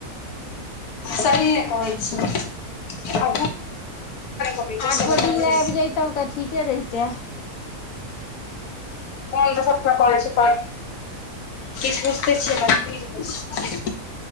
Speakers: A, on the left; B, on the left.
A: सहिये कहै छी आ करै छै
B: आठो
A: से बताबू
B: दिन लए आबि जैतहुँ तऽ ठीके रहितै
A: मन तऽ सब के कर छै पर कि बुझते छिय मजबूरी